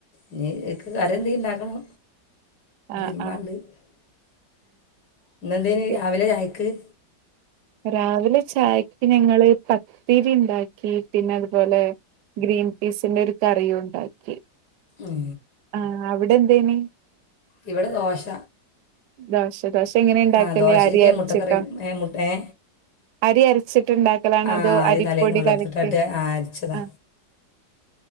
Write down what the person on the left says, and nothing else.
ഇനി ക്ക് കറി ഉണ്ടാക്കണം
എന്നെന്തായാലും
രാവിലേ ചായക്ക് ആ
ഉം
ഇവിടെ ദോശ
ആ ദോശയ്ക്ക്
മുട്ടക്കറി ഏ മുട്ട ഏ
ആ
അരി
തലേന്ന് വെള്ളത്തിലിട്ടിട്ട്
അരച്ചതാ